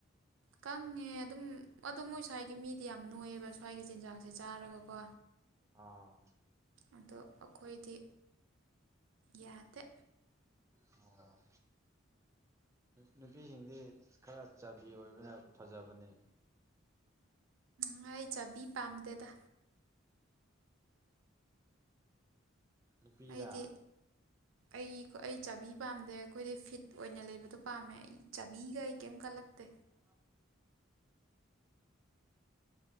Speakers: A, on the right (about 80°); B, on the right (about 15°).
A: ꯀꯪꯉꯦ ꯑꯗꯨꯝ ꯑꯗꯣ ꯃꯣꯏ ꯁ꯭ꯋꯥꯏꯒꯤ ꯃꯤꯗꯤ ꯌꯥꯝ ꯅꯣꯏꯑꯕ ꯁ꯭ꯋꯥꯏꯒꯤ ꯆꯤꯟꯖꯥꯛꯁ ꯁꯦ ꯆꯥꯔꯒꯀꯣ
B: ꯑꯥ
A: ꯑꯗꯣ ꯑꯩꯈꯣꯏꯗꯤ ꯌꯥꯗꯦ
B: ꯑꯣ ꯑꯣ ꯅꯨꯄꯤꯁꯤꯡꯗꯤ ꯈꯔ ꯆꯕꯤ ꯑꯣꯏꯕꯅ ꯐꯖꯕ ꯇꯕꯅꯤ
A: ꯉꯥꯏ ꯆꯥꯕꯤ ꯄꯥꯝꯗꯦꯗ
B: ꯅꯨꯄꯤꯗ
A: ꯑꯩꯗꯤ ꯑꯩ ꯑꯩ ꯆꯥꯕꯤ ꯄꯥꯝꯗꯦ ꯑꯩꯈꯣꯏꯗꯤ ꯐꯤꯠ ꯑꯣꯏꯅ ꯂꯩꯕꯗꯣ ꯄꯥꯝꯃꯦ ꯑꯩ ꯆꯥꯕꯤꯒ ꯑꯩ ꯀꯩꯝ ꯀꯜꯂꯛ ꯀꯠꯇꯦ
B: <unintelligible>